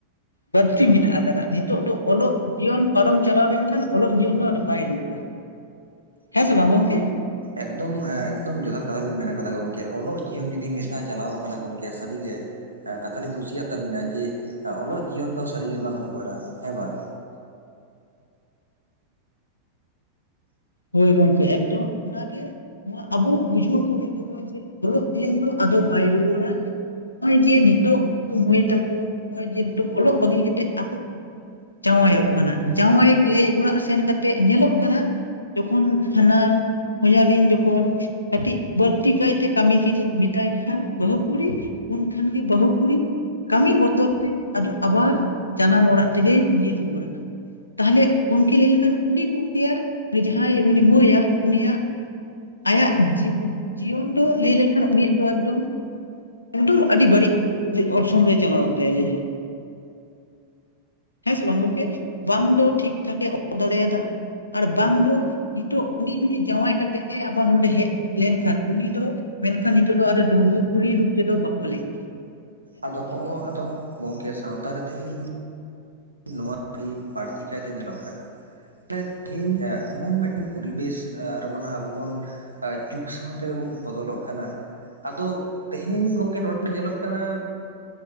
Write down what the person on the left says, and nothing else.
ᱵᱟᱲᱛᱤ ᱢᱮᱱᱟᱜ ᱟᱠᱟᱫᱟ ᱱᱤᱛᱚᱜ ᱫᱚ ᱚᱞᱚᱜ ᱡᱤᱭᱚᱱ ᱯᱟᱨᱚᱢ ᱪᱟᱞᱟᱣ ᱞᱮᱱᱠᱷᱟᱱ ᱚᱞᱚᱜ ᱡᱤᱭᱚᱱ ᱫᱚ ᱟᱫᱚ ᱵᱟᱭ ᱨᱩᱣᱟᱹᱲᱟ᱾ ᱦᱮᱸ ᱥᱮ ᱵᱟᱝ ᱜᱚᱝᱠᱮ?
ᱦᱳᱭ ᱜᱚᱝᱠᱮ ᱮᱠᱫᱚᱢ ᱚᱱᱟᱜᱮ ᱱᱚᱣᱟ ᱟᱵᱚ ᱵᱩᱡᱷᱟᱹᱣ ᱠᱚ ᱦᱩᱭᱩᱜ ᱛᱟᱵᱚᱱᱟ ᱡᱮ ᱚᱞᱚᱜ ᱫᱚ ᱟᱫᱚ ᱵᱟᱭ ᱨᱩᱣᱟᱹᱲᱟ ᱱᱚᱜ-ᱚᱭ ᱡᱮ ᱱᱤᱛᱚᱜ ᱢᱟᱹᱭ ᱛᱟᱠᱚ ᱱᱚᱜ-ᱚᱭ ᱡᱮ ᱱᱤᱛᱚᱜ ᱚᱞᱚᱜ ᱵᱟᱹᱜᱤ ᱠᱟᱛᱮᱜ ᱟᱠᱚ ᱡᱟᱶᱟᱭᱚᱜ ᱠᱟᱱᱟ᱾ ᱡᱟᱶᱟᱭ ᱠᱟᱹᱭ ᱚᱲᱟᱜ ᱥᱮᱱ ᱠᱟᱛᱮᱫ ᱧᱮᱞᱚᱜ ᱠᱟᱱᱟ ᱡᱚᱠᱷᱚᱱ ᱦᱟᱱᱟᱨ ᱦᱚᱧᱦᱟᱨᱤᱧ ᱡᱚᱠᱷᱚᱱ ᱠᱟᱹᱴᱤᱡ ᱵᱟᱹᱲᱛᱤ ᱠᱟᱭᱛᱮ ᱠᱟᱹᱢᱤ ᱠᱤᱱ ᱢᱮᱛᱟᱭ ᱠᱷᱟᱱ ᱵᱟᱹᱦᱩ ᱠᱩᱲᱤ ᱩᱱᱠᱷᱟᱱ ᱜᱮ ᱵᱟᱹᱦᱩ ᱠᱩᱲᱤ ᱠᱟᱹᱢᱤ ᱵᱚᱛᱚᱨ ᱛᱮ ᱟᱫᱚ ᱟᱵᱟᱨ ᱡᱟᱱᱟᱢ ᱚᱲᱟᱜ ᱛᱮᱜᱮ ᱧᱤᱨ ᱨᱩᱣᱟᱹᱲ ᱟᱠᱟᱱᱟ᱾ ᱛᱟᱦᱚᱞᱮ ᱜᱚᱝᱠᱮ ᱞᱟᱹᱭ ᱞᱮᱠᱷᱟᱱ ᱩᱱᱤ ᱠᱩᱝᱠᱤᱭᱟᱜ ᱡᱟᱦᱟᱸᱭ ᱩᱱᱤ ᱢᱟᱹᱭᱟ ᱩᱱᱤᱭᱟᱜ ᱟᱭᱟᱜ ᱡᱤᱭᱚᱱ ᱫᱚ ᱞᱟᱹᱭ ᱞᱮᱱᱠᱷᱟᱱ ᱩᱱᱤᱭᱟᱜ ᱫᱚ ᱮᱠᱫᱚᱢ ᱮᱠᱫᱚᱢ ᱟᱹᱰᱤ ᱵᱟᱹᱲᱤᱡ ᱚᱨᱥᱚᱝ ᱨᱮ ᱪᱟᱞᱟᱣ ᱠᱟᱱ ᱛᱟᱭᱟ ᱞᱮᱤᱞᱮᱱ ᱦᱮᱸ ᱥᱮ ᱵᱟᱝ ᱜᱚᱝᱠᱮ ᱵᱟᱝᱫᱚ ᱴᱷᱤᱠ ᱴᱷᱟᱠ ᱮ ᱚᱞᱚ ᱫᱟᱲᱮᱭᱟᱫᱟ, ᱟᱨ ᱵᱟᱝ ᱫᱚ ᱱᱤᱛᱚᱜ ᱩᱱᱤ ᱡᱩᱫᱤ ᱡᱟᱶᱟᱭ ᱠᱟᱛᱮᱜ ᱮ ᱟᱵᱟᱨ ᱱᱚᱸᱰᱮ ᱦᱮᱡ ᱞᱮᱱᱠᱷᱟᱱ ᱩᱱᱤ ᱫᱚ ᱢᱮᱱᱠᱷᱟᱱ ᱱᱤᱛᱚᱜ ᱫᱚ ᱟᱫᱚ ᱰᱩᱸᱜᱣᱟᱹᱠᱩᱲᱤ ᱨᱩᱯ ᱛᱮᱫᱚ ᱵᱟᱠᱚ ᱞᱮᱠᱷᱟ ᱮᱭᱟ᱾